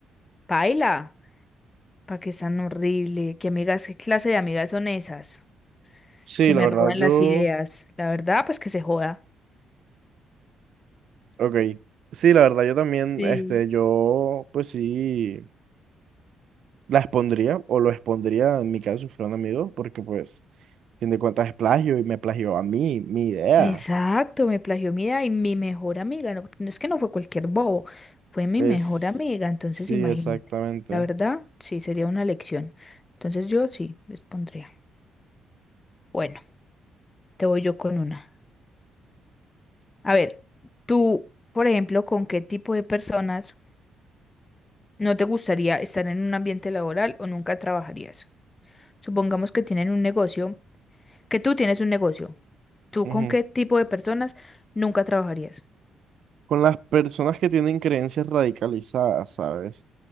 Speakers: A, on the left (about 25°); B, on the right (about 65°).
A: paila, pa' que es tan horrible, qué amigas, qué clase de amigas son esas,
B: Sí,
A: que
B: la
A: me
B: verdad,
A: roban
B: yo...
A: las ideas. La verdad, pues que se joda.
B: Ok. Sí, la verdad, yo también,
A: Sí.
B: este, yo, pues sí, la expondría o lo expondría en mi caso si fuera un amigo, porque pues, fin de cuentas es plagio y me plagió a mí, mi idea.
A: Exacto, me plagió mi idea y mi mejor amiga, no, porque no es que no fue cualquier bobo, fue mi
B: Es,
A: mejor amiga, entonces
B: sí,
A: imagínate.
B: exactamente.
A: La verdad, sí, sería una lección. Entonces yo sí, les pondría. Bueno, te voy yo con una. A ver, tú, por ejemplo, ¿con qué tipo de personas no te gustaría estar en un ambiente laboral o nunca trabajarías? Supongamos que tienen un negocio, que tú tienes un negocio. ¿Tú
B: Ujú.
A: con qué tipo de personas nunca trabajarías?
B: Con las personas que tienen creencias radicalizadas, ¿sabes?